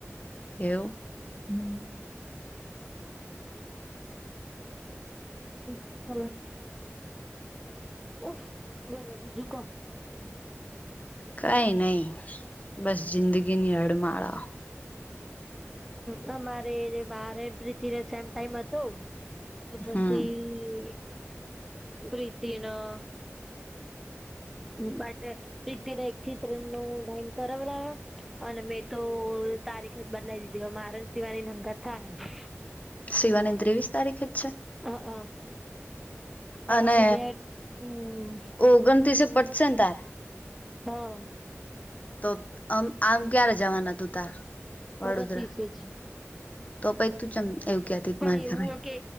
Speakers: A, on the left; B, in the centre.
A: એવ
B: હમ <unintelligible> ઉફ બોલો બીજું કો
A: કઈ નઈ બસ જિંદગીની હડમાળા.
B: હ અમારે ને મારે પ્રીતિ સેમ ટાઈમ હતો તો પસી
A: હમ
B: પ્રીતિ ના માટે પ્રીતિને એક થી ત્રણ નો ટાઈમ કરાવડાવ્યો અને મેં તો તારીખ જ બદલાઈ દીધી મારે ન સિવાની સંગાથ થાય
A: શિવાની ત્રેવીસ તારીખે જ છે.
B: હ હ
A: અને
B: અમે બે હમ
A: ઓગણત્રીસે પટશે ને તારે
B: હા
A: તો આમ આમ ક્યારે જવાના તું તાર વડોદરા
B: ઓગણત્રીસે જ
A: તો પછ તું ચેમ એવું કેતી
B: પણ
A: મારે
B: એવું
A: ખરા
B: હો કે